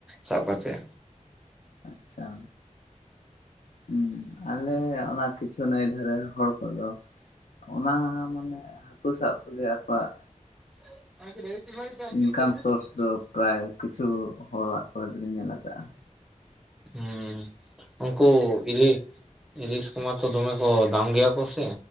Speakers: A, in the centre; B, on the left (about 85°).
A: ᱥᱟᱵ ᱠᱟᱛᱮᱫ᱾
B: ᱟᱪᱪᱷᱟ᱾ ᱦᱩᱸ ᱟᱞᱮ ᱚᱱᱟ ᱠᱤᱪᱷᱩ ᱱᱟᱹᱭ ᱫᱷᱟᱨᱮ ᱦᱚᱲ ᱠᱚᱫᱚᱼᱼ ᱚᱱᱟ ᱢᱟᱱᱮ ᱦᱟᱹᱠᱩ ᱥᱟᱵ ᱛᱮᱜᱮ ᱟᱠᱚᱣᱟᱜ
A: <unintelligible>
B: ᱤᱱᱠᱟᱢ ᱥᱳᱨᱥ ᱫᱚ ᱯᱨᱟᱭ ᱠᱤᱪᱷᱩ ᱦᱚᱲ ᱚᱲᱟᱜ ᱠᱚᱨᱮ ᱫᱚᱞᱤᱧ ᱧᱮᱞ ᱠᱟᱜᱼᱟ᱾
A: ᱦᱩᱸ ᱩᱝᱠᱩ ᱵᱤᱞᱤ ᱤᱞᱤᱥ ᱠᱩᱢᱟ ᱛᱚ ᱫᱚᱢᱮ ᱠᱚ ᱫᱟᱢ ᱜᱮᱭᱟ ᱠᱚ ᱥᱮ